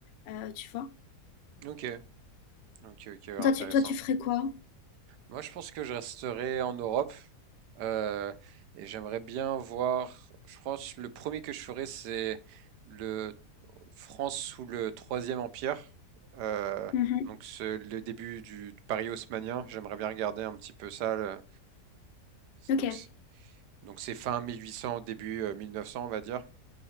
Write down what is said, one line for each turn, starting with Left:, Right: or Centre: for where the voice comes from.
Left: euh, tu vois?
Right: ok, ok, ok,
Left: Toi,
Right: intéressant.
Left: tu, toi, tu ferais quoi?
Right: Moi, je pense que je resterai en Europe euh, et j'aimerais bien voir. Je pense le premier que je ferai, c'est le France sous le Troisième Empire, euh,
Left: Mhm.
Right: donc c'est le début du Paris haussmannien. J'aimerais bien regarder un petit peu ça. le-
Left: Ok.
Right: donc, c'est- donc c'est fin 1800, début euh, 1900, on va dire.